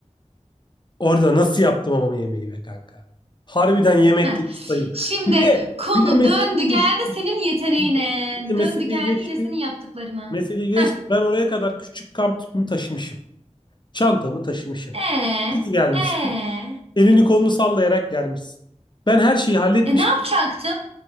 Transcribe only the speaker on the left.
Orada nasıl yaptım ama yemeği be kanka. Harbiden yemekte
ustayım.
Bir de
bir de meseleyi
geç,
bir de, bir de meseleyi
geçti.
Meseleyi geçti.
Ben oraya kadar küçük kamp tüpümü taşımışım. Çantamı taşımışım.
İyi ki gelmişsin.
Elini kolunu sallayarak gelmişsin. Ben her şeyi halletmişim.